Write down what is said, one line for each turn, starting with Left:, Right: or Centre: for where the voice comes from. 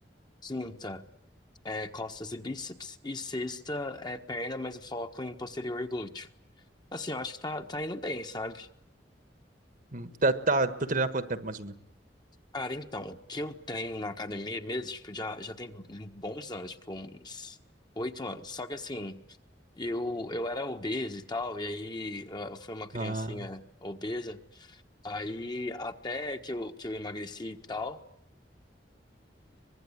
Left: Quinta é costas e bíceps, e sexta é perna, mas o foco em posterior glúteo. Assim, eu acho que tá, tá indo bem, sabe?
Right: Uhum. Tá, tá, tô treinando há quanto tempo, mais ou menos?
Left: Cara, então, o que eu treino na academia mesmo, tipo, já, já tem bons anos, tipo, uns oito anos. Só que assim, eu, eu era obeso e tal, e aí ah, eu fui uma criancinha
Right: Ah,
Left: obesa, aí até que eu, que eu emagreci e tal.